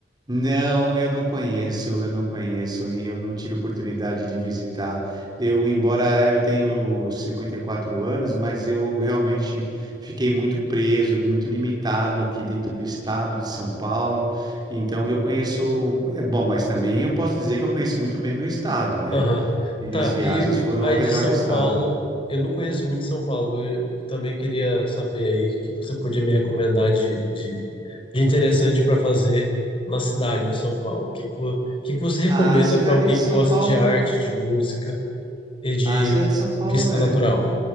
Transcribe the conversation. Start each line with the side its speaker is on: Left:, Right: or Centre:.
Right: Não, eu não conheço, eu não conheço e eu não tive oportunidade de visitar. Eu, embora eu tenho 54 anos, mas eu realmente fiquei muito preso, muito limitado aqui dentro do estado de São Paulo. Então eu conheço, é bom, mas também eu posso dizer que eu conheço muito bem meu estado, né?
Left: Aham.
Right: E minhas
Left: Tá,
Right: viagens
Left: e o-
Right: foram
Left: aí
Right: ao redor
Left: de São
Right: do estado.
Left: Paulo, eu não conheço muito São Paulo, eu também queria saber aí o que que você podia me recomendar de, de, de interessante para fazer na cidade de São Paulo. O que, que, vo- o que que você recomenda
Right: A cidade
Left: para alguém
Right: de São
Left: que gosta
Right: Paulo,
Left: de arte, de música e de
Right: a cidade de São Paulo
Left: vista
Right: é
Left: natural?
Right: um